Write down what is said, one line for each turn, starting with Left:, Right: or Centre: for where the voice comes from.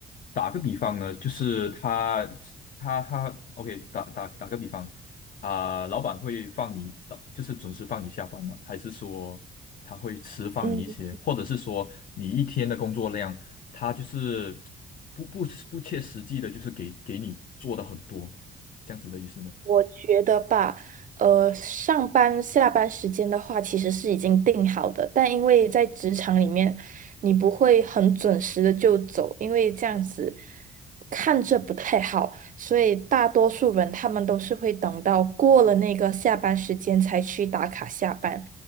Left: 打个比方呢，就是他他他，OK，打打打个比方啊、老板会放你，就是准时放你下班吗？还是说他会迟放你一些，
Right: 嗯，
Left: 或者是说你一天的工作量，他就是不不不切实际的，就是给给你做的很多，这样子的意思呢？
Right: 我觉得吧，呃，上班下班时间的话，其实是已经定好的，但因为在职场里面，你不会很准时的就走，因为这样子看着不太好，所以大多数人他们都是会等到过了那个下班时间才去打卡下班。